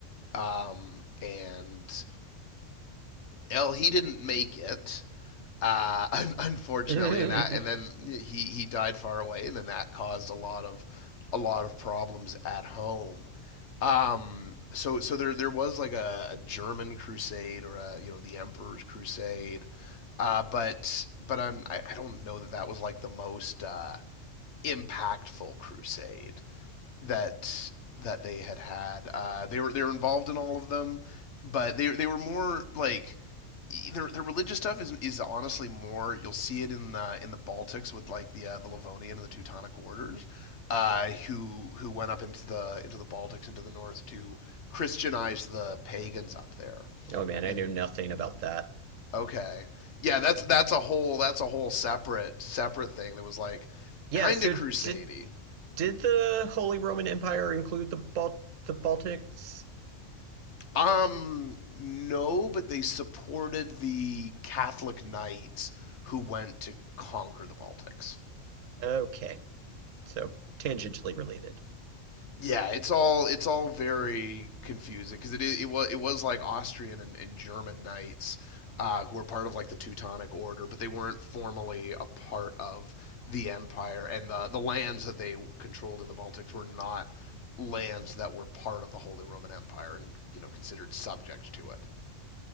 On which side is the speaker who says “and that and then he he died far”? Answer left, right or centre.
Left